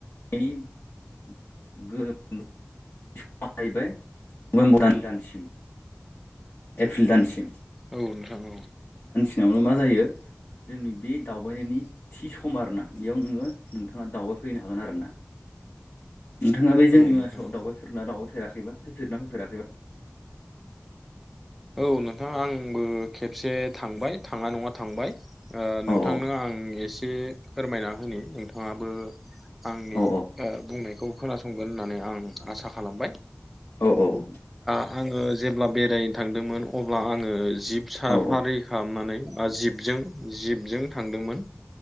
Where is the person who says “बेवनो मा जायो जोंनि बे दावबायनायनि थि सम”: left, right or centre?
Left